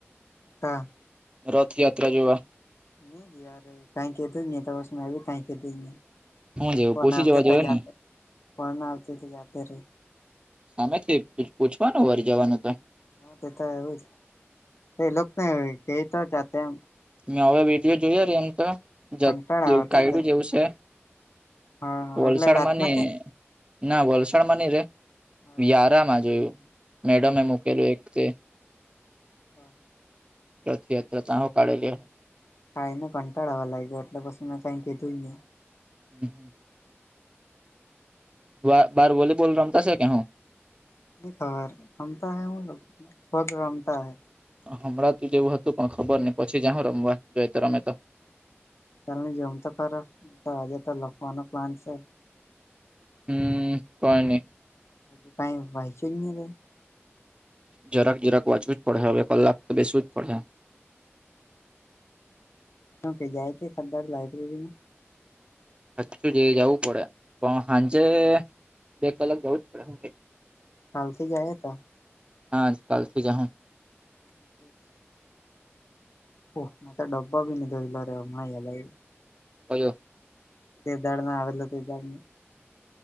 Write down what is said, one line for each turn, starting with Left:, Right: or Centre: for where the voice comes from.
Left: હા.
Right: રથયાત્રા જોવા
Left: ની ગયા રે કાઈ કેતી ની તો પસ તો મેં કાઈ કેતી ની
Right: હું જેવું
Left: ફોન
Right: પૂછી
Left: આવતે
Right: જવા જોઈએ
Left: તો જાતે,
Right: ને
Left: ફોન આવતે તો જાતે રે.
Right: સામેથી પૂ પૂછવાનું વડી જવાનું તોએ
Left: હા તે તો એવું જ, તે લોક તો કેતાતા તેમ
Right: મેં હવે વિડીયો જોયો રે એમ તો જ
Left: કંટાળ આવતો
Right: એવું કાગડું
Left: હતો એમ
Right: જેવું સ.
Left: હા હા
Right: વલસાડમાં
Left: એટલે રાતના
Right: ને
Left: કે
Right: ના વલસાડમાં નઈ રે
Left: હા
Right: વ્યારા
Left: હા
Right: માં જોયું. મેડમ એ મૂકેલું એક તે
Left: હા.
Right: રથયાત્રા તાઓ કાઢેલી હે.
Left: કાઈની કંટાળો આવા લાઈગે એટલે પસી મેં કાઈ કીધું ની
Right: હમ, હમ. બા બાર વોલીબોલ રમતાશે કે હું?
Left: ની ખબર રમતા હૈ હું લો પગ રમતા હૈ.
Right: હભલાતું જ એવું હતું પણ ખબર ની પછી જાહું રમવા જોઈ તો રમે તો
Left: ત્યાં હુધી જમ તો ખરો તો આજે તો લખવાનો પ્લાન સે.
Right: હમ કોઈ ની.
Left: કે ભાઈ વૈચુયુ જ ની કાઈ.
Right: જરાક જરાક વાચવું જ પડહે હવે કલાક તો બેસવું જ પડહે.
Left: તું કે જાય કે ખદદર લાઈબ્રેરીમાં.
Right: <unintelligible> જાવું પડે પણ
Left: લાયબ્રેરીમાં
Right: હાંજે બે કલાક જવું જ પડે.
Left: કાલથી જાઈએ તો
Right: હા, કાલથી જાહું.
Left: ઠીક છે. પોહ મૈ તો ડબ્બો બી લીધો ઇતારે હમણાં યાદ આયુ.
Right: ઓલું
Left: તે દાડ ના આવેલો તે દાડ ને